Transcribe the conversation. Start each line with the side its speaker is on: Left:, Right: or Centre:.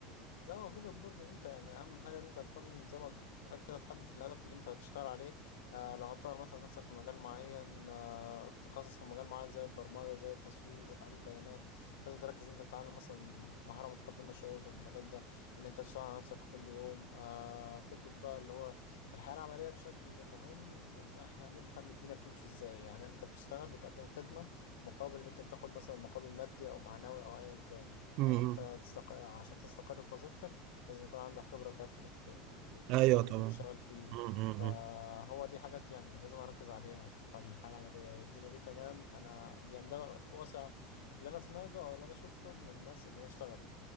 Left: لا هو فكرة برضه إن أنت يعني أهم حاجة إن أنت تكون زي ما قلت لك كده تحدد الهدف اللي أنت هتشتغل عليه آه لو هتطور مثلا نفسك في مجال معين آه تخصص في مجال معين زي البرمجة زي التسويق زي تحليل البيانات لازم تركز إن أنت تتعلم مثلا مهارة متقدمة شوية في المجال ده إن أنت تشتغل على نفسك كل يوم آه فكرة بقى اللي هو الحياة العملية بشكل مهم إن إحنا نفهم الدنيا بتمشي إزاي يعني أنت بتشتغل بتقدم خدمة مقابل إن أنت بتاخد مثلا مقابل مادي أو معنوي أو أيا كان
Right: امم
Left: ان انت تستق... عشان تستقر في وظيفتك لازم يكون عندك خبرة كافية في ال- في
Right: ايوه
Left: الشغل اللي
Right: طبعا
Left: انت بتشتغل فيه
Right: م- م-
Left: فهو
Right: م.
Left: دي حاجات يعني لازم اركز عليها في الحياة العملية الدنيا دي تمام انا يعني ده واسع اللي انا سمعته او اللي انا شفته من الناس اللي هي اشتغلت